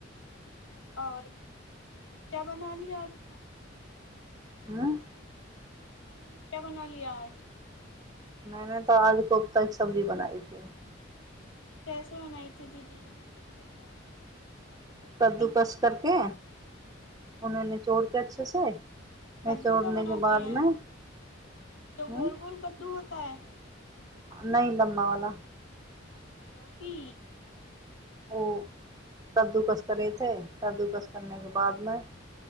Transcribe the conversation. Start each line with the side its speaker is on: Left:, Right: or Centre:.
Left: और क्या बना लिया आज
Right: हुं <unintelligible>
Left: खाने में क्या बना लिया आज।
Right: मैने तो आज कोप्ता की सब्जी बनाई थी
Left: कैसे बनाई थी दीदी मुझे भी बताओ मैंने तो
Right: कद्दू
Left: कभी नहीं
Right: काटके
Left: खाया
Right: उन्हें निचोड़ अच्छे से निचोड़ने
Left: कद्दू का बनाते
Right: के बाद
Left: है
Right: में हम्म
Left: जो गोल गोल कद्दू हो होता है।
Right: नहीं लम्बा वाला
Left: अच्छा लौकी।
Right: ओ कद्दूकस करेथे कद्दूकस करने के बादमे <unintelligible>